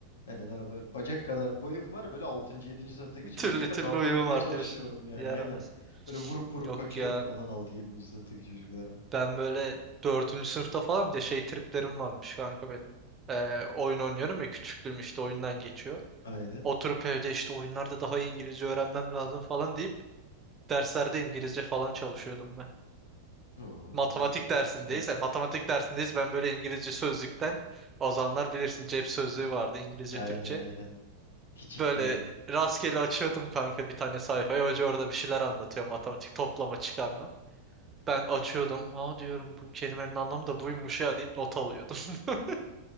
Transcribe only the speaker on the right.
Türlü türlü
uyum
var
diyorsun.
Yaramaz.
Yok
ya.
Ben böyle dördüncü sınıfta falan bir de şey triplerim varmış kanka benim. Ee, oyun oynuyorum ya küçüklüğüm işte oyundan geçiyor.
Oturup evde işte oyunlarda daha iyi İngilizce öğrenmem lazım falan deyip derslerde İngilizce falan çalışıyordum
matematik dersindeyiz.
Yani matematik dersindeyiz. Ben böyle İngilizce sözlükten o zamanlar bilirsin cep sözlüğü vardı İngilizce
Türkçe.
Böyle
rastgele açıyordum kanka bir tane sayfayı. Hoca orada bir şeyler anlatıyor matematik toplama çıkarma. Ben açıyordum. Aa diyorum bu kelimenin anlamı da buymuş ya deyip not alıyordum. <laughs>